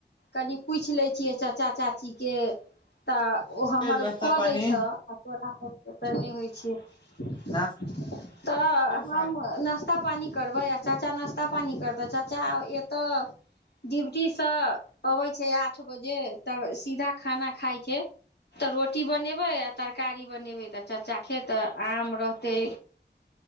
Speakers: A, on the left; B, on the left.
A: कनि पूछि लैत छियै चाचा चाचीके तऽ ओ हमर
B: भेल नाश्ता
A: कऽ
B: पानी
A: दै छह आ तोरा ओत नहि होइ छियै तऽ
B: नाश्ता भेल
A: हम
B: साँझ
A: न नास्ता पानी करबै आ चाचा नास्ता पानी करतै चाचा एतऽ ड्यूटी से अबै छै आठ बजे तऽ सीधा खाना खाय छै तऽ रोटी बनेबै आ तरकारी बनेबै तऽ चाचा खेतऽ रहतै